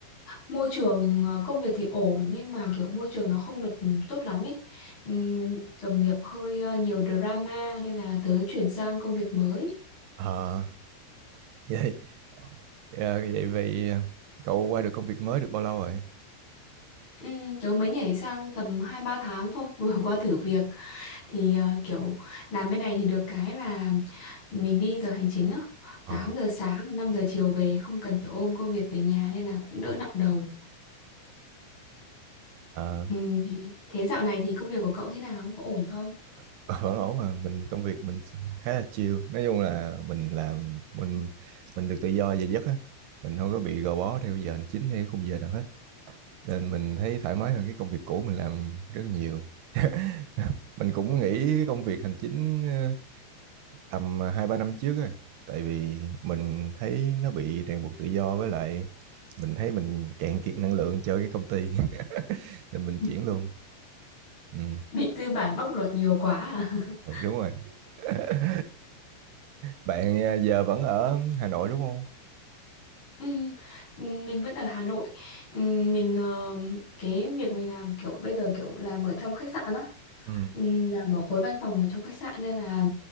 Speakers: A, on the left; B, on the right.
A: môi trường ờ, công việc thì ổn nhưng mà kiểu môi trường nó không được tốt lắm ấy. Ừm, đồng nghiệp hơi ờ, nhiều drama nên là tớ chuyển sang công việc mới.
B: Ờ, <laughs> vậy, ờ, vậy vậy ờ, cậu qua được công việc mới được bao lâu rồi?
A: Ừ, tớ mới nhảy sang tầm hai ba tháng thôi <laughs> vừa qua thử việc thì ờ, kiểu làm bên này thì được cái là mình đi giờ hành chính á
B: Ờ,
A: 8 giờ sáng và 5 giờ chiều về không cần phải ôm công việc về nhà nên là cũng đỡ nặng đầu
B: ờ,
A: ừ, thì thế dạo này thì công việc của cậu thế nào có ổn không
B: <laughs> vẫn ổn mà, mình công việc mình khá là chill, nói chung là mình làm, mình mình được tự do về giấc á, mình không có bị gò bó theo giờ hành chính hay khung giờ nào hết, nên mình thấy thoải mái hơn cái công việc cũ mình làm rất nhiều. <laughs> mình cũng nghỉ công việc hành chính ờ, tầm ờ, hai ba năm trước rồi tại vì mình thấy nó bị ràng buộc tự do với lại mình thấy mình cạn kiệt năng lượng chơi cái công ty <laughs> nên mình
A: <laughs>
B: chuyển luôn ừ,
A: bị tư bản bóc lột nhiều quá à
B: ừ
A: <laughs>
B: đúng rồi <laughs> bạn ờ, giờ vẫn ở Hà Nội đúng không
A: Ừ, mình vẫn ở Hà Nội. Ừ, Mình ờ, cái việc mình làm kiểu bây giờ kiểu làm ở trong khách sạn á,
B: ừ
A: Ừ, làm ở khối văn phòng ở trong khách sạn nên là